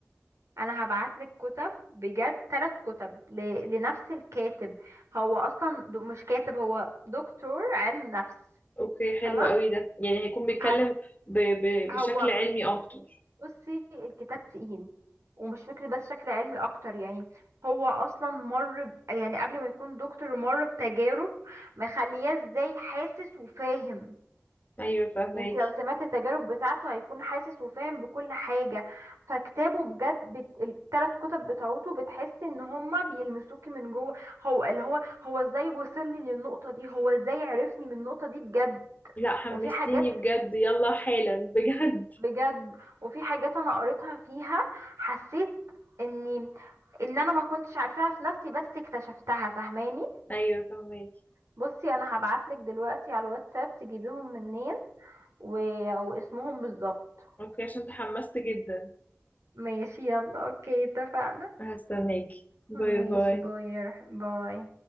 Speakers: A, on the right (about 85°); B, on the left (about 35°).
A: انا هبعت لك كتب بجد ثلاث كتب ل... لنفس الكاتب هو اصلا د- مش كاتب هو دكتور علم نفس
B: اوكي حلو
A: تمام
B: قوي ده يعني هيكون بيتكلم
A: هت...
B: ب... ب...
A: هو
B: بشكل علمي اكتر
A: بصي الكتاب تقيل ومش فكرة بس شكل علمي اكتر يعني هو اصلا مر ب... يعني قبل ما يكون دكتور مر بتجارب مخلياه ازاي حاسس وفاهم
B: ايوه فهماكي
A: انت لو سمعت التجارب بتاعته هيكون حاسس وفاهم بكل حاجة فكتابه بجد بت... التلات كتب بتاعته بتحس ان هما بيلمسوكي من جوه هو اللي هو هو ازاي وصل لي للنقطة دي هو ازاي عرفني من النقطة دي بجد
B: لا حمستيني
A: وفي حاجات
B: بجد يلا حالا بجد
A: بجد وفي حاجات انا قريتها فيها حسيت اني ان انا ما كنتش عارفاها في نفسي بس اكتشفتها فاهماني
B: <laughs> ايوه فهماكي
A: بصي انا هبعتلك دلوقتي على الواتساب تجيبيهم منين و... واسمهم بالظبط
B: اوكي عشان تحمست جدا
A: ماشي يلا اوكي اتفقنا
B: هستناكي باي
A: ماشي
B: باي
A: باي يا روح- باي